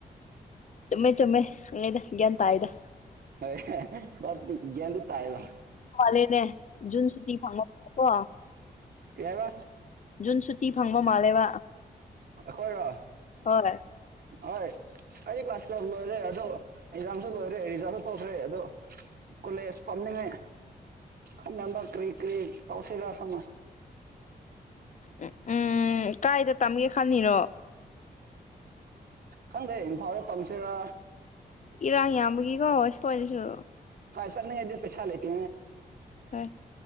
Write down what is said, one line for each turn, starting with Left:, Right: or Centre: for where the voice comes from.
Left: ꯆꯨꯝꯃꯦ ꯆꯨꯝꯃꯦꯗ ꯭ꯟ ꯇꯥꯑꯗ
Right: ꯍꯣꯏ ꯚꯥꯞꯇꯤ ꯒ꯭ꯌꯥꯟꯗꯤ ꯇꯥꯏꯌꯦꯕ
Left: ꯅꯦꯅꯦ ꯨꯟꯁꯨꯇꯤ ꯐꯃꯀꯣ
Right: ꯌꯥꯕ
Left: ꯖꯟ ꯁꯨꯇꯤ ꯐꯪꯕ ꯃꯥꯜꯂꯦꯕ
Right: ꯈꯣꯏ ꯔꯣ
Left: ꯍꯣꯏ
Right: ꯍꯣꯏ ꯑꯩ ꯀ꯭ꯂꯥꯁ ꯇꯨꯌꯦꯦꯜꯚ ꯂꯣꯏꯔꯦ ꯑꯗꯣ ꯑꯦꯛꯖꯥꯝꯁꯨ ꯂꯣꯏꯔꯦ ꯔꯤꯖꯥꯜꯁꯨ ꯇꯧꯈ꯭ꯔꯦ ꯑꯗꯣ ꯀꯣꯂꯦꯖ ꯐꯝꯅꯤꯡꯉꯦ ꯈꯪꯅꯕ ꯀꯔꯤ ꯀꯔꯤ ꯇꯧꯁꯤꯔꯥ ꯈꯪꯉ
Left: ꯎꯝ ꯎꯝ ꯀꯥꯏꯗ ꯇꯝꯒꯦ ꯈꯜꯂꯤꯔꯣ
Right: ꯈꯪꯗꯦ ꯏꯝꯐꯥꯜꯗ ꯇꯝꯁꯤꯔ
Left: ꯏꯔꯥꯡ ꯌꯥꯕꯒꯤ ꯀꯣꯋꯥꯁꯄꯁꯨ
Right: ꯆꯠꯅꯗꯦ ꯄꯁꯥ ꯂꯩꯇ
Left: ꯍꯣꯏ